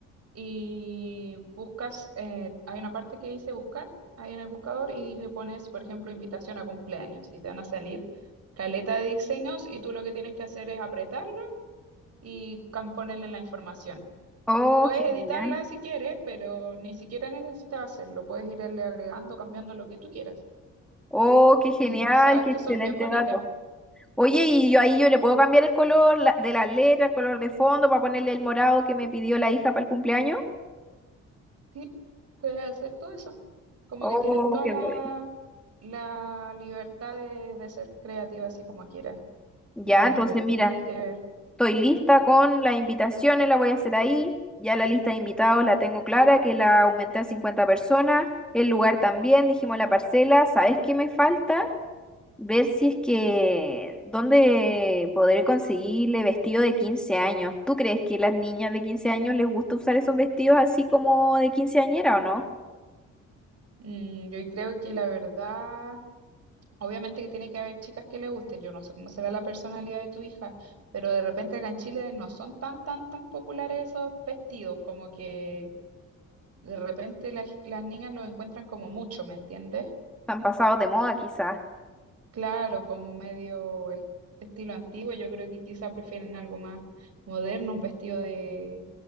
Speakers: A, on the right; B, in the centre.
A: y buscas, eh, hay una parte que dice buscar ahí en el buscador y le pones, por ejemplo, invitación a cumpleaños y te van a salir caleta de diseños y tú lo que tienes que hacer es apretarlo y cam- ponerle la información.
B: Oh,
A: Puedes
B: genial.
A: editarla si quieres, pero ni siquiera necesitas hacerlo. Puedes irle agregando, cambiando lo que tú quieras.
B: Oh, qué genial,
A: Y sabes
B: qué
A: que
B: excelente
A: son bien bonitas.
B: dato. Oye, y yo ahí yo le puedo cambiar el color la- de la letra, el color de fondo, para ponerle el morado que me pidió la hija para el cumpleaños.
A: Sí, puedes hacer todo eso. Como
B: Oh,
A: que tienes toda
B: qué
A: la,
B: bueno.
A: la libertad de, de ser creativa así como quieras.
B: Ya,
A: y ponerle
B: entonces
A: stickers.
B: mira, estoy lista con las invitaciones, la voy a hacer ahí. Ya la lista de invitados la tengo clara, que la aumenté a 50 personas. El lugar también, dijimos la parcela. ¿Sabes qué me falta? ver si es que dónde podré conseguirle vestido de 15 años. ¿Tú crees que las niñas de 15 años les gusta usar esos vestidos así como de quinceañera o no?
A: Mm, yo creo que la verdad, obviamente que tiene que haber chicas que le gusten. Yo no sé cómo será la personalidad de tu hija, pero de repente acá en Chile no son tan, tan, tan populares esos vestidos, como que de repente las, las niñas los encuentran como mucho, ¿me entiendes?
B: Están pasados de moda quizás.
A: Claro, como medio es- estilo antiguo, yo creo que quizá prefieren algo más moderno, un vestido de